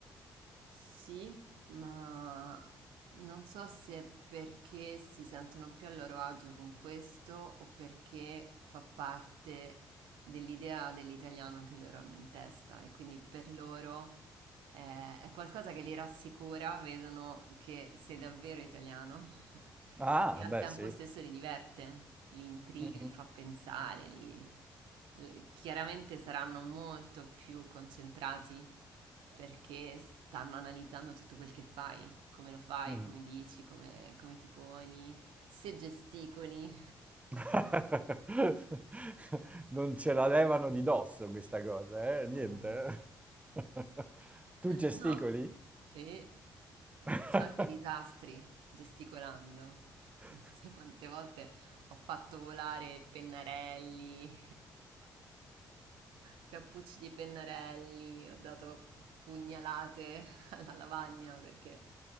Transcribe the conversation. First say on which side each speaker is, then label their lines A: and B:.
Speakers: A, on the right; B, on the right.
A: Sì, ma non so se perché si sentono più a loro agio con questo o perché fa parte dell'idea dell'italiano che loro hanno in testa e quindi per loro è, è qualcosa che li rassicura, vedono che sei davvero italiano <laughs>
B: Ah,
A: E al
B: beh,
A: tempo
B: sì.
A: stesso li diverte, li intriga,
B: Mhm,
A: li fa pensare, li- li- chiaramente saranno molto più concentrati perché stanno analizzando tutto quel che fai, come lo fai,
B: mhm.
A: come dici, come, come ti poni, se gesticoli.
B: <laughs> Non ce la levano di dosso questa cosa,
A: No,
B: eh? Niente. <laughs> Tu gesticoli?
A: No. e
B: <laughs>
A: faccio anche disastri gesticolando.
B: <laughs>
A: Non sai quante volte ho fatto volare pennarelli, cappucci di pennarelli, ho dato pugnalate <laughs> alla lavagna perché